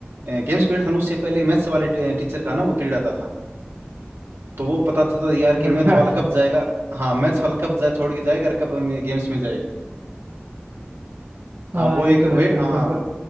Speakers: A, on the right; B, on the right.
A: गेम्स पीरियड था ना उससे पहले मैथ्स वाले टीचर का ना वो पीरियड आता था तो वो पता चलता था यार कि मैथ्स
B: अच्छा
A: वाला
B: अच्छा
A: कब जाएगा हाँ मैथ्स वाला कब जा छोड़ के जाएगा और कब हम गेम्स में जाए हाँ
B: हाँ
A: वो
B: ये
A: एक
B: तो
A: वे
B: रहता ही
A: हाँ
B: था सर